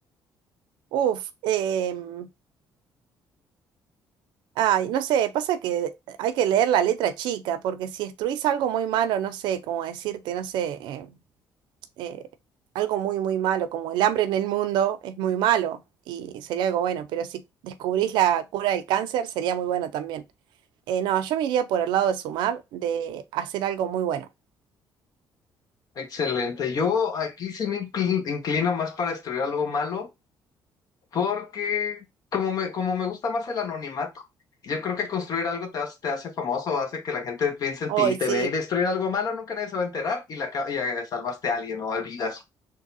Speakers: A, on the right; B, on the left.
A: Uf, em, ay, no sé, pasa que hay que leer la letra chica, porque si destruís algo muy malo, no sé, como decirte, no sé, em, eh, algo muy, muy malo, como el hambre en el mundo es muy malo y sería algo bueno, pero si descubrís la cura del cáncer sería muy bueno también. Eh, no, yo me iría por el lado de sumar, de hacer algo muy bueno.
B: Excelente. Yo aquí sí me incli- inclino más para destruir algo malo porque como me, como me gusta más el anonimato, yo creo que construir algo te hace, te hace famoso, hace que la gente piense en
A: Hoy
B: ti y te
A: sí,
B: vea y destruir algo malo nunca nadie se va a enterar y, la, ca- y eh, salvaste a alguien o olvidas.